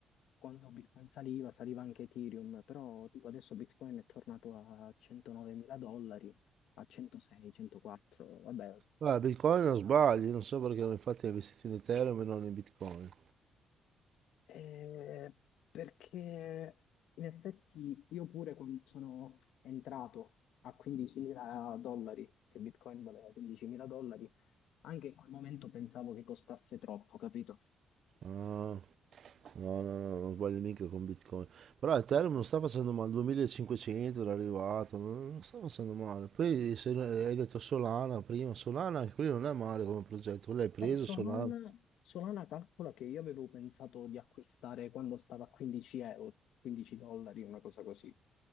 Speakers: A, on the left (about 80°); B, on the right (about 60°).
A: quando Bitcoin saliva, saliva anche Ethereum, però tipo, adesso Bitcoin è tornato a 109 mila dollari, a 106, 104, vabbè,
B: Ah, Bitcoin non sbagli, non so perché infatti ho investito in Ethereum e non in Bitcoin.
A: Eh, perché in effetti io pure quando sono entrato a 15.000 dollari, che Bitcoin valeva 15.000 dollari, anche in quel momento pensavo che costasse troppo, capito?
B: Ah, no, no, no, non sbaglio mica con Bitcoin. Però Ethereum non sta facendo male, 2500 era arrivato, non, non sta facendo male. Poi se hai detto Solana prima, Solana anche quello non è male come progetto, quello l'hai preso
A: Eh, Solana,
B: Solana.
A: Solana calcola che io avevo pensato di acquistare quando stava a 15 euro, 15 dollari, una cosa così.